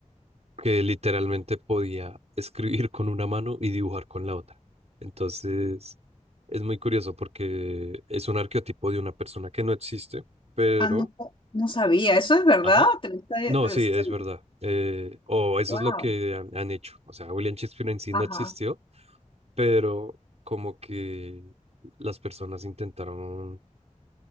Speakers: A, on the right; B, on the left.
A: que literalmente podía escribir con una mano y dibujar con la otra. Entonces, es muy curioso porque es un arquetipo de una persona que no existe, pero,
B: Ah, no, no sabía, ¿eso es verdad?
A: ajá,
B: ¿Te lo está- este,
A: no, sí, es verdad. Eh, o eso
B: wow,
A: es lo que han, han hecho. O sea, William Shakespeare en sí
B: ajá,
A: no existió, pero como que las personas intentaron